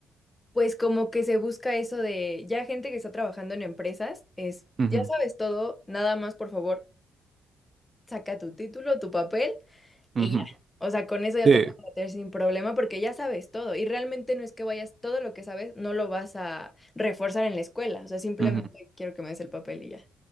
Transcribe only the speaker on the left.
Pues como que se busca eso de ya gente que está trabajando en empresas, es,
ya sabes todo, nada más por favor, saca tu título, tu papel
y ya. O sea, con eso ya
te puedes meter sin problema porque ya sabes todo y realmente no es que vayas, todo lo que sabes no lo vas a reforzar en la escuela, o sea, simplemente
quiero que me des el papel y ya.